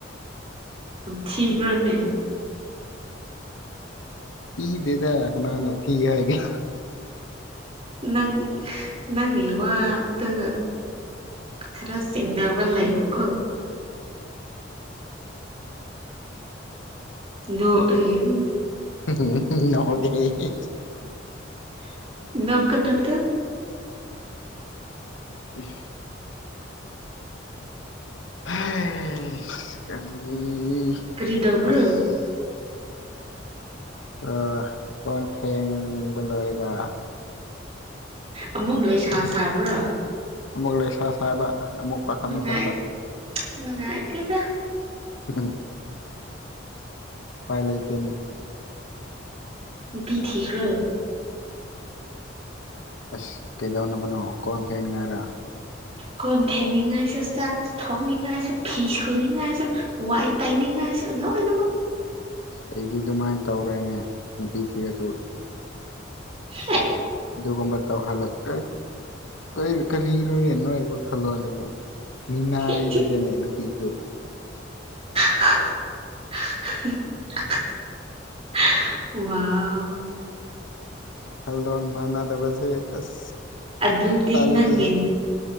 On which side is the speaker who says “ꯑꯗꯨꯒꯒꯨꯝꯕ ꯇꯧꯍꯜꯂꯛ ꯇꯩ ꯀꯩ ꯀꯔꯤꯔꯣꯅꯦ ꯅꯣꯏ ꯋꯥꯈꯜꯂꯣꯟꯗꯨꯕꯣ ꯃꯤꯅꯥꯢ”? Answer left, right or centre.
Left